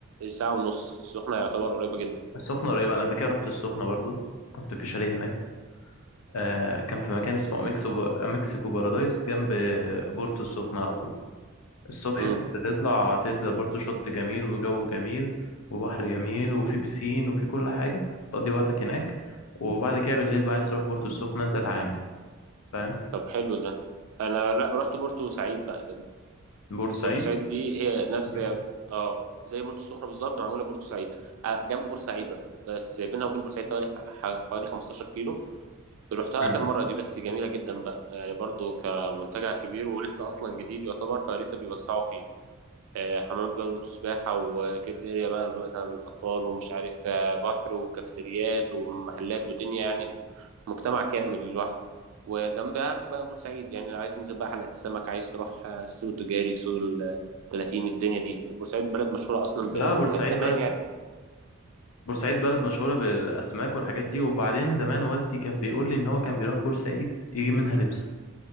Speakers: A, on the right; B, on the left.
A: ساعه ونص السخنه يعتبر قريبه جدا
B: السخنه قريبه انا قبل كده رحت السخنه برضو كنت في شاليه هناك آه كان في مكان اسمه مكسو مكسيكو بارادايس جنب بورتو السخنه على طول الصبح
A: امم
B: كنت تطلع تنزل برضو شط جميل وجو جميل وبحر جميل وفي بسين وفي كل حاجه تقضي وقتك هناك وبعد كده بالليل بقى عايز تروح بورتو السخنه انت تعامل فاهم
A: طب حلو ده انا لا رحت بورتو سعيد بقى
B: بورسعيد
A: بورتو سعيد دي هي نفس
B: مم.
A: اه زي بورتو السخنه بالظبط معموله بورتو سعيد آه، جنب بورسعيد سعيد بقى بس بينها وبين بورسعيد حوالي ح- حوالي 15 كيلو رحتها
B: مم.
A: اخر مره دي بس جميله جدا بقى يعني برضو كمنتجع كبير ولسه اصلا جديد يعتبر فلسه بيوسعوا فيه آه، حمامات برضه سباحة وكيدز اريا بقى مثلا الأطفال ومش عارف آه، بحر وكافيتريات ومحلات ودنيا يعني مجتمع كامل لوحده وجنبها بقى بورسعيد يعني عايز تنزل بقى حلقة السمك عايز تروح آه، السوق التجاري سوق ال 30 الدنيا دي بورسعيد بلد مشهورة أصلا
B: لا
A: بال...
B: بورسعيد
A: كان زمان
B: بلد
A: يعني
B: بورسعيد بلد مشهورة بالأسماك والحاجات دي وبعدين زمان والدي كان بيقول لي إن هو كان بيروح بورسعيد يجيب منها لبس